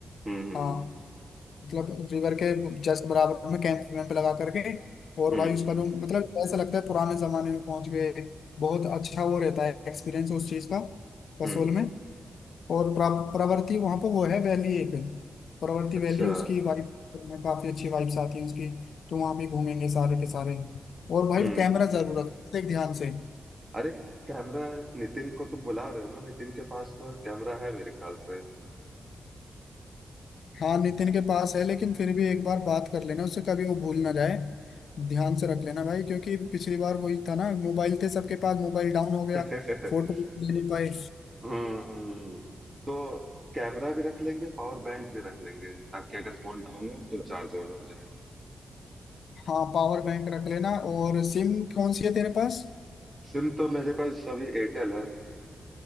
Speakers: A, on the right (about 25°); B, on the left (about 75°).
A: हम्म हम्म
B: हाँ मतलब रिवर के जस्ट बराबर में कैंप वैम्प लगा करके और
A: हम्म
B: भाई उसका जो मतलब ऐसा लगता है पुराने जमाने में पहुंच गए बहुत अच्छा वो रहता है एक्सपीरियंस उस चीज का कसोल
A: हम्म
B: में और प्रा- प्रवृत्ति वहां पर वो है वैली एक प्रवृत्ति
A: अच्छा
B: वैली उसकी वाइफ काफी अच्छी वाइब्स आती है उसकी तो वहां पे घूमेंगे सारे के सारे और भाई
A: हम्म
B: कैमरा जरूर रखना देख ध्यान से
A: अरे कैमरा नितिन को तुम बुला रहे हो ना नितिन के पास तो कैमरा है मेरे ख्याल से
B: हाँ नितिन के पास है लेकिन फिर भी एक बार बात कर लेना उससे कभी वो भूल ना जाए ध्यान से रख लेना भाई क्योंकि पिछली बार वही था ना मोबाइल थे सबके पास मोबाइल डाउन हो गया
A: <laughs>
B: फोटो ले नहीं पाए
A: हम्म तो कैमरा भी रख लेंगे पावर बैंक भी रख लेंगे ताकि अगर फोन डाउन हो तो चार्ज और हो जाए
B: हाँ पावर बैंक रख लेना और सिम कौन सी है तेरे पास
A: सिम तो मेरे पास अभी एयरटेल है